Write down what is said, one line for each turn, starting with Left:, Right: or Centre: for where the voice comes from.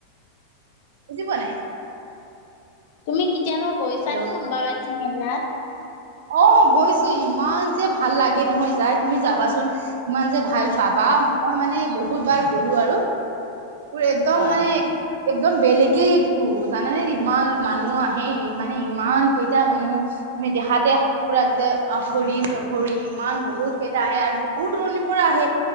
Right: বুজি পোৱা নাই।
Left: তুমি কেতিয়াবা গৈছানে
Right: হেল্ল'
Left: অম্বাবাচি মেলাত?
Right: অ' গৈছোঁ, ইমান যে ভাল লাগে নহয় যাই, তুমি চাবাচোন। ইমান যে ভাল পাবা, মই মানে বহুত বাৰ গ'লোঁ আৰু। মোৰ একদম
Left: হয়
Right: মানে এক একদম বেলেগেই একটো জানানে ইমান মানুহ আহে। মানে ইমান কেইটা মানুহ তুমি দেখাতে ফুৰাতে অঘৰী চঘৰি ইমান বহুত কেইটা আহে আৰু দূৰ দূৰণিৰ পৰা আহে,